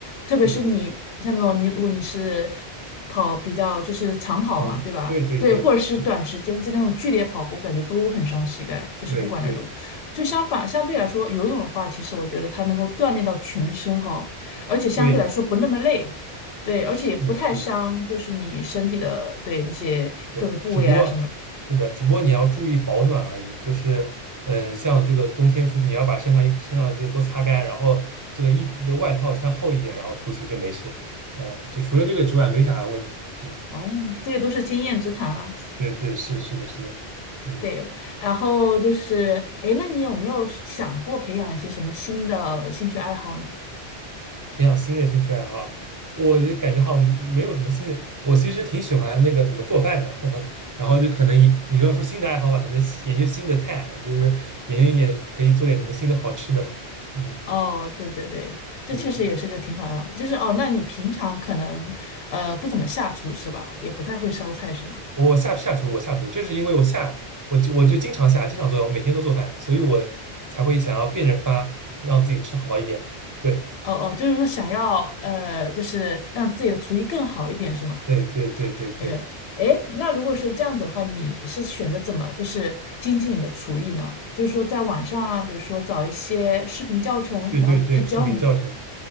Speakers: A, on the left; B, on the right.
A: 特别是你像那种你，
B: 嗯，
A: 如果你是跑比较就是长跑嘛，
B: 长，
A: 对吧？
B: 对对对嗯
A: 对，或者是短时间之内那种剧烈跑步，感觉都很伤膝盖，就是不管那种。
B: 对对
A: 就相反，相对来说，游泳的话，其实我觉得它能够锻炼到全身哈，而且相对来说不那么累。
B: 对，
A: 对，而且也不太伤，
B: 是的是的。
A: 就是你身体的，对，那些各个部位啊什么。
B: 对，只不过是的，只不过你要注意保暖而已。就是，嗯，像这个冬天出去，你要把身上衣服、身上这个都擦干，然后这个衣服、这个外套穿厚一点，然后出去就没事。嗯，就除了这个之外，没啥问题。嗯，
A: 哦，这些都是经验之谈啊。
B: 对对，是是的，是的。嗯，
A: 对，然后就是，诶，那你有没有想过培养一些什么新的兴趣爱好呢？
B: 培养新的兴趣爱好，我就感觉好像没有什么新的。我其实挺喜欢那个怎么做饭的，<laughs> 呵呵，然后就可能一你要说新的爱好吧，可能研究新的菜，就是研究一点可以做点什么新的好吃的。嗯
A: 哦，对对对，这确实也是个挺好的，
B: 嗯。
A: 就是哦，那你平常可能呃不怎么下厨是吧？也不太会烧菜是吗？
B: 我下下厨，我下厨，这是因为我下，我就我就经常下，经常做饭，我每天都做饭，所以我才会想要变着法让自己吃好一点。<laughs> 对
A: 哦哦，就是说想要呃，就是让自己的厨艺更好一点是吗？
B: 对对对对对
A: 哎哎，那如果是这样子的话，你是选择怎么就是精进你的厨艺呢？就是说在网上啊，比如说找一些视频教程，
B: 对对对，
A: 然后他教你。
B: 视频教程。